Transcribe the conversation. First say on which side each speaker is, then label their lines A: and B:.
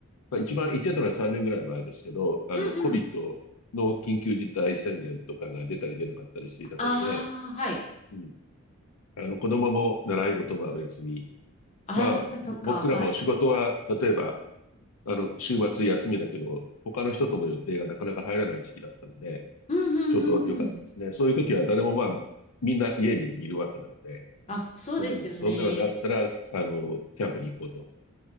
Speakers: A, on the left; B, on the left.
A: まあ、一番言ってたのは3年ぐらい前ですけど、あの、
B: うんうん。
A: COVID の緊急事態宣言とかが出たり出なかったりしていた頃で、
B: ああ、はい。
A: うん。あの、子供も習い事はお休み。
B: ああ、
A: まあ、
B: そっかそっか、
A: ぼ僕らも仕事は、
B: はい。
A: 例えば、あの、週末休みだけど、他の人との予定がなかなか入らない時期だったので、
B: うんうんうんうん。
A: ちょうど良かったですね。そういう時は誰もまあ、みんな家にいるわけなので、
B: あ、そうですよね。
A: そんなの、そんなのだったら、あの、キャンプに行こうと。